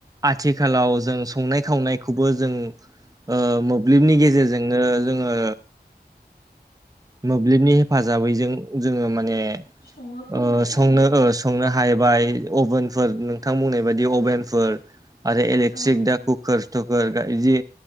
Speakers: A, on the right (about 20°); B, on the left (about 65°).
A: आथिखालाव जों संनाय खावनायखौबो जों ओ मोब्लिबनि गेजेरजोंनो जोङो मोब्लिबनि हेफाजाबैजों जोङो माने ओ
B: सङो फोमोनो
A: संनो
B: औ
A: ओ संनो हाहैबाय अभेनफोर नोंथां बुंनाय बायदि अभेनफोर आरो इलेकट्रिक
B: औ नंगौ
A: दा कुकोर थुकोर बिदि